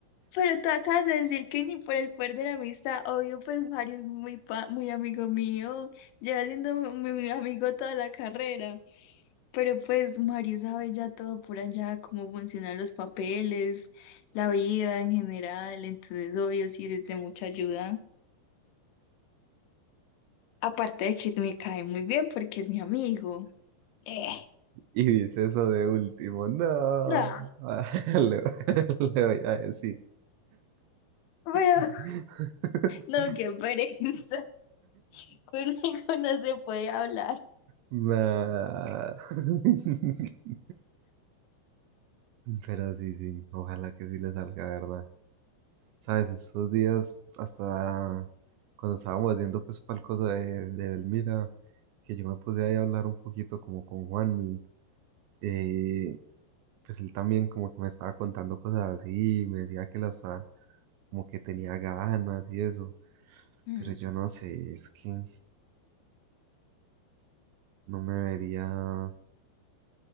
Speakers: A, on the left; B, on the right.
A: Pero tú acabas de decir que ni por el poder de la amistad, obvio, pues Mario es muy, pa- muy amigo mío, lleva siendo mi mi amigo toda la carrera, pero pues Mario sabe ya todo por allá, cómo funcionan los papeles, la vida en general, entonces obvio sí es de mucha ayuda, aparte de que me cae muy bien porque es mi amigo. Eh,
B: Y dice eso de último, no,
A: No,
B: ah, <laughs> le, le voy a decir.
A: pero
B: <laughs>
A: no, qué pereza, <laughs> conmigo no se puede hablar.
B: Nah. <laughs> Pero sí, sí, ojalá que sí le salga, ¿verdad? Sabes, estos días, hasta cuando estábamos yendo pues para el coso de, de Belmira, que yo me puse ahí a hablar un poquito como con Juanmi, eh, pues él también como que me estaba contando cosas así, me decía que las como que tenía ganas y eso,
A: Mm.
B: pero yo no sé, es que no me vería,